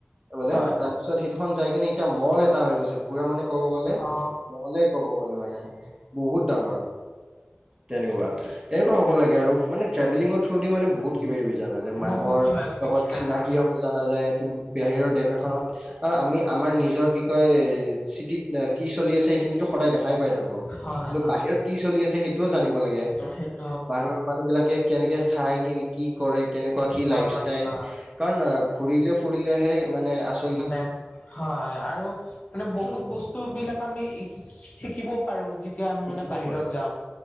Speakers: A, on the right; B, on the left.
A: বোলে
B: হয়
A: তাৰ পিছত সেইটোখন যাই কিনে এতিয়া মল এটা হৈ গৈছে পুৰা মানে ক'ব গ'লে
B: অ
A: মলে কব কব গলে মানে বহুত ডাঙৰ তেনেকুৱা তেনেকুৱা হব লাগে আৰু মানে ট্ৰভেলিঙৰ থ্ৰু দি মানে বহুত কিবা কিবি জানা যায় মানুহৰ
B: বহুত কিবা কিবি
A: লগত
B: শিকা
A: চিনাকি
B: হয়
A: হ'ব জানা যায়, তোম বেহিৰৰ দেশ এখনত আৰু আমি-আমাৰ নিজৰ কি কয় চিটিত কি চলি আছে সেইখিনিতো সদায় দেখাই পাই থাকো
B: হয়
A: কিন্তু বাহিৰত কি চলি আছে সেইটোও জানিব লাগে।
B: হেইত
A: বাহিৰৰ মানুহ বিলাকে কেনেকে খাই কে কি কৰে কেনেকুৱা কি
B: হয়
A: লাইফ ষ্টাইল।
B: হয়
A: কাৰণ অ' ঘূৰিলে ফুৰিলেহে মানে আছ
B: মানে হয় আৰু মানে বহুত
A: উম,
B: বস্ টো বিলাক আমি শি শি শিকিবও পাৰো যি যেতিয়া আমি
A: শিকিব
B: মানে বাহিৰত
A: পাৰো
B: যাও